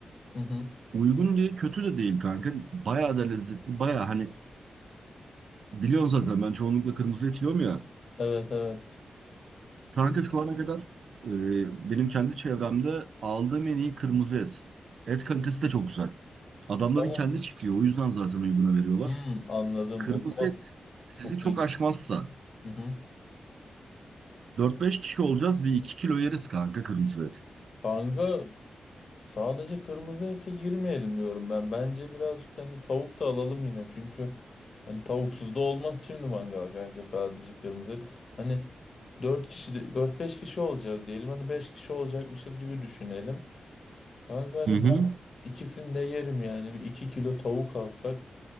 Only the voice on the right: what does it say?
Uygun diye kötü de değil kanka. Bayağı da lezzetli. Bayağı hani biliyorsun zaten ben çoğunlukla kırmızı et yiyorum ya.
Kanka şu ana kadar e, benim kendi çevremde aldığım en iyi kırmızı et. Et kalitesi de çok güzel. Adamların
kendi çiftliği o yüzden zaten uyguna veriyorlar.
Kırmızı
et sizi
çok
aşmazsa
4-5 kişi olacağız bir 2 kilo yeriz kanka kırmızı et.
Hı hı.